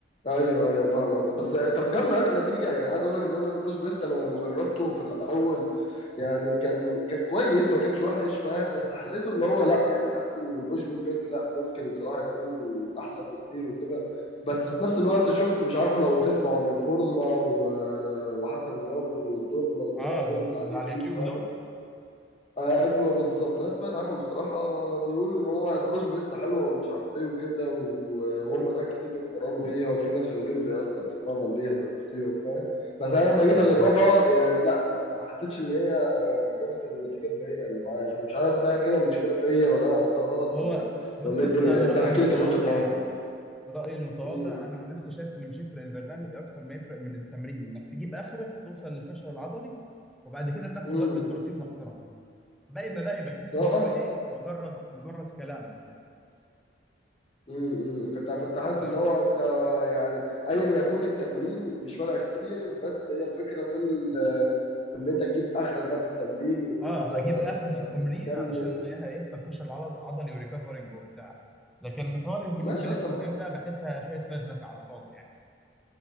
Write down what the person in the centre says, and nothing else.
اه
اللي
على اليوتيوب دول
م-
م.
هو
بص
يا
اسطى
انا رايي
المتواضع
يعني رايي المتواضع
انا عن نفسي شايف ان مش يفرق البرنامج اكتر ما يفرق من التمرين انك تجيب اخرك توصل للفشل العضلي وبعد كده تاخد
وجبه بروتين محترمه باقي ما باقي بحس
ان هو ايه مجرد مجرد كلام
فاهم
اه
اجيب اخر
في التمرين
علشان هي- هيحصل فشل عضل- عضلي وريكفرنج وبتاع لكن حوار البروس
بليت
وكام ده بحسها شويه فزلكه على الفاضي يعني.